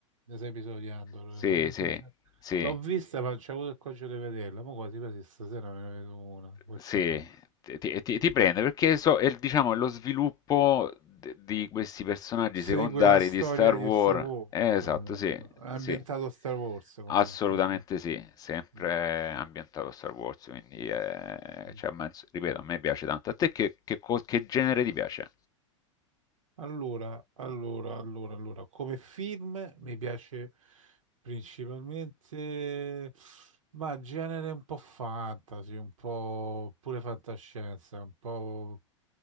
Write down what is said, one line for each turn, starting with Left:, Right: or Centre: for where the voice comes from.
Right: Da sei episodi Andor.
Left: Sì,
Right: eh,
Left: sì,
Right: sì, cioè,
Left: sì.
Right: L'ho vista, ma c'è avuto il coraggio di vederla, ma quasi quasi stasera me ne vedo una, perché
Left: Sì,
Right: no?
Left: ti, ti- ti- ti prende perché so- è, il- diciamo, è lo sviluppo d- di questi personaggi
Right: Segue
Left: secondari
Right: la storia
Left: di Star Wars.
Right: di Star Wars,
Left: Eh, esatto,
Right: comunque.
Left: sì,
Right: È ambientato
Left: sì,
Right: a Star Wars, comunque,
Left: assolutamente
Right: sì.
Left: sì, sempre
Right: Mm.
Left: ambientato a Star Wars, quindi eh,
Right: Mhm.
Left: cioè, a me- ripeto, a me piace tanto. A te che, che cos- che genere ti piace?
Right: Allora, allora, allora, allora, come film mi piace principalmente, ma genere un po' fantasy, un po' pure fantascienza, un po',